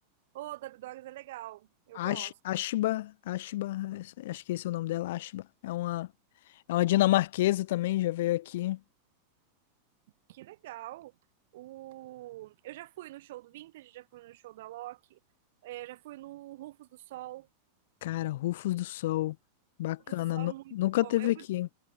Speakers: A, on the right; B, on the left.
A: Ô, Dub Dogs é legal. Eu
B: Ash,
A: gosto.
B: Ashiba, Ashiba, acho que esse é o nome dela, Ashiba. É uma É uma dinamarquesa também, já veio aqui.
A: Que legal. O... Eu já fui no show do Vintage, já fui no show do Alok, é, já fui no Rufus do Sol.
B: Cara, Rufos do Sol. Bacana.
A: Rufus do Sol
B: nu-
A: é muito
B: nunca
A: bom.
B: teve
A: Eu
B: aqui.
A: fui